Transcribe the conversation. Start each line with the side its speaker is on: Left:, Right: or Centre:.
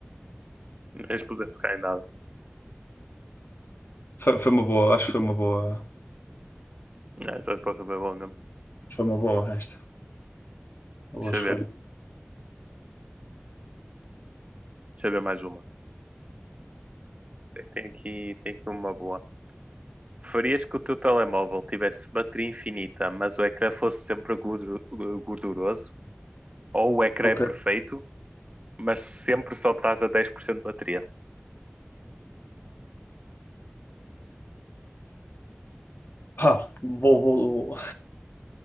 Right: Não tens poder de tocar em nada.
Left: Foi, foi uma boa, acho que foi uma boa.
Right: É, essa resposta foi boa mesmo.
Left: Foi uma boa esta. Uma
Right: Deixa
Left: boa escolha.
Right: eu ver. Deixa eu ver mais uma. Tem aqui, tem aqui uma boa. Preferias que o teu telemóvel tivesse bateria infinita, mas o ecrã fosse sempre gordu- gorduroso? Ou o ecrã
Left: Ok.
Right: é perfeito, mas sempre só estás a 10% de bateria.
Left: Pá, vou, vou...